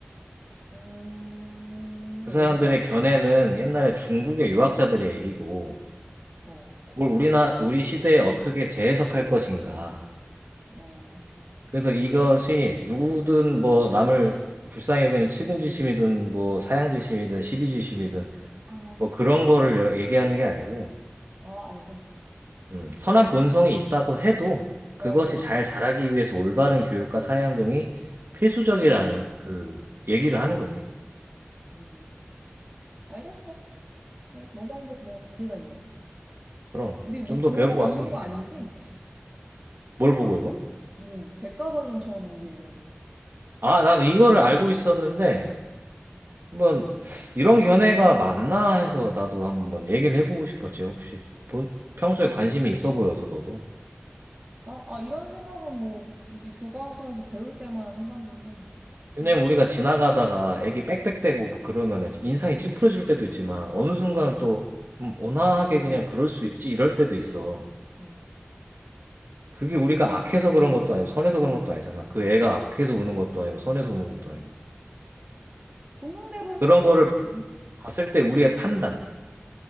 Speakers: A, on the right; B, on the right.
A: 음,
B: 그
A: 어
B: 사람들의 견해는 옛날에 중국의 유학자들의 얘기고,
A: 어,
B: 그걸 우리나, 우리 시대에 어떻게 재해석할 것인가.
A: 어.
B: 그래서 이것이 누구든 뭐 남을 불쌍히 여기는 측은지심이든 뭐 사양지심이든 시비지심이든
A: 아,
B: 뭐 그런 거를 여- 얘기하는 게 아니고,
A: 아, 알겠어.
B: 음,
A: 음,
B: 선한 본성이 있다고 해도 그것이
A: 어,
B: 잘 자라기 위해서 올바른 교육과 사회환경이 필수적이라는
A: 우리
B: 그 얘기를 하는 거지.
A: 음, 알겠어. 그래, 너 말도 뭐 일리가 있네.
B: 그럼
A: 우리 뭐
B: 좀
A: 보고
B: 더 배우고
A: 있는
B: 왔으면 좋겠네.
A: 거 아니지?
B: 뭘 보고 이거?
A: 무슨 백과사전처럼 얘기해가지고.
B: 아, 난 이거를 알고 있었는데,
A: 음.
B: 한번 이런 견해가 맞나 해서 나도 한번 얘기를 해보고 싶었지. 혹시 본, 평소에 관심이 있어 보여서 너도.
A: 나, 아, 이런 생각은 뭐 굳이 교과서에서 배울 때만 해봤는데,
B: 왜냐면
A: 뭐,
B: 우리가 지나가다가 애기 빽빽대고 막 그러면은 인상이 찌푸려질 때도 있지만 어느 순간은 또 음, 온화하게 그냥 그럴 수 있지 이럴 때도 있어.
A: 뭐
B: 그게 우리가 악해서 그런 것도 아니고 선해서 그런 것도 아니잖아. 그 애가 악해서 우는 것도 아니고 선해서 우는 것도 아니고.
A: 본능대로 행동하지.
B: 그런 거를 봤을 때 우리의 판단.